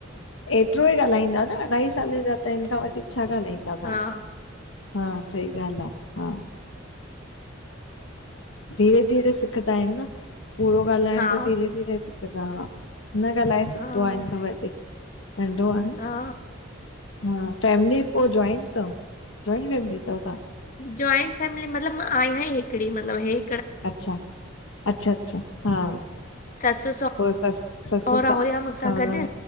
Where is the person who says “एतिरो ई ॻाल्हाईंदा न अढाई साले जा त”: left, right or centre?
Left